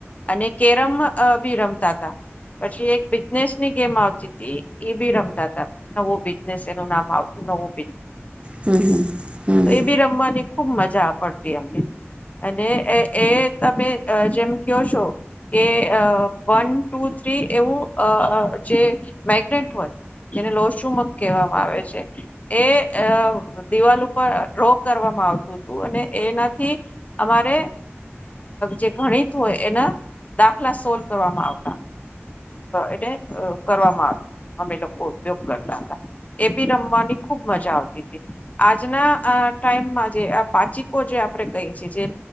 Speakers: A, on the left (about 35°); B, on the right (about 25°).
A: અને કેરમ બી રમતા હતા પછી એક બિઝનેસ ની ગેમ આવતી એ બી રમતા ત નવું બિઝનેસ એનું નામ આવતું નવું બ
B: હમ હમ હમ
A: તો એ બી રમવાની ખુબ મજાડતી અને એ તમે જેમ કો છો કે વન ટુ થ્રી એવું જે મેગ્નેટ હોય જેને લોશુમગ કહેવામાં આવે છે એ દિવાલ ઉપર ડ્રો કરવામાં આવતું હતું અને એનાથી અમારે જે ગણિત હોય એના દાખલા સોલ્વ કરવામાં આવતા એને કરવામાં આવ અમે લોકો ઉપયોગ કરતા હતા એ બી રમવાની ખુબ મજા આવતી હતી આજના ટાઈમમાં જે આ પાચકોો જે આપણે કહી છીએ